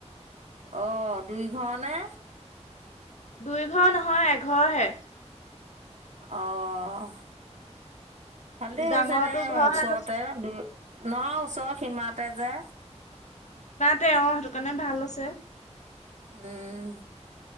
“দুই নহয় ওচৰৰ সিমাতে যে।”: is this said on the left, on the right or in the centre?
Right